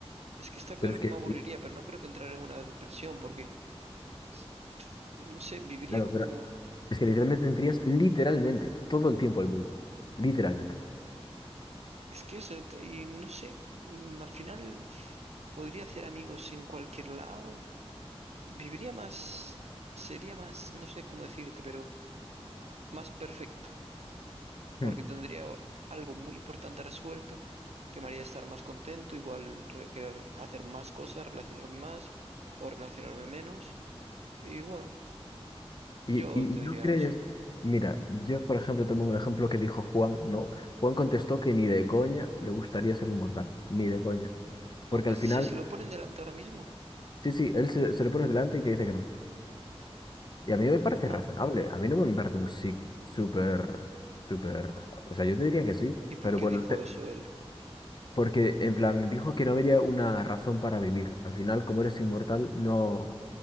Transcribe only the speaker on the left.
pero es
que,
claro,
pero es que literalmente tendrías literalmente todo el tiempo del mundo, literalmente.
Hmm.
Y, y,
y no
crees,
mira, yo por ejemplo te pongo el ejemplo que dijo Juan, ¿no? Juan contestó que ni de coña le gustaría ser inmortal, ni de coña. Porque
al
final,
sí, sí, él se, se le pone delante y te dice que no. Y a mí me parece
razonable, a mí no me parece un sí súper, súper, o sea, yo te diría que sí,
pero
bueno,
te-
porque en plan dijo que no había una razón para vivir. Al final, como eres inmortal, no...